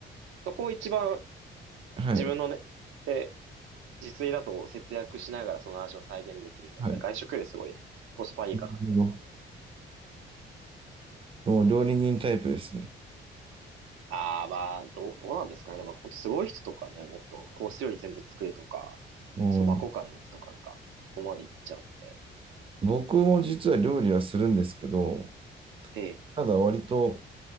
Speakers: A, on the right; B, on the right.
A: そこを一番
B: はい。
A: 自分のね、で、自炊だと節約しながらその味を再現できるんだったら外食よりすごいコスパいいかなっていうのもある。
B: はい。なるほど。もう料理人タイプですね。
A: ああ、まあ、どう、どうなんですかね。でも本当すごい人とかね、もっとコース料理全部作るとか、
B: うん。
A: そば粉から打つとかなんか、そこまでいっちゃうんで。
B: 僕も実は料理はするんですけど、
A: ええ。
B: ただ割と